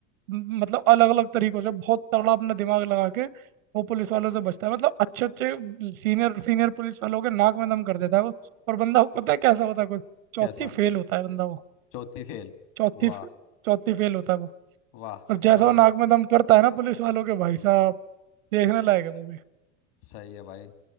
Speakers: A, on the right; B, on the left.
A: म- मतलब अलग अलग तरीकों से बहुत तगड़ा अपना दिमाग लगा के वो पुलिस वालों से बचता है मतलब अच्छे अच्छे सीनियर सीनियर पुलिस वालों के नाक में दम कर देता है वो और बंदा वो पता है कैसा होता है कुछ चौथी
B: कैसा
A: फेल होता है बंदा वो
B: चौथी फेल
A: चौथी
B: वाह
A: चौथी फेल होता है वो
B: वाह
A: और जैसा
B: बढ़िया
A: वो नाक में दम करता है ना पुलिस वालों के भाई साहब देखने लायक है मूवी
B: सही है भाई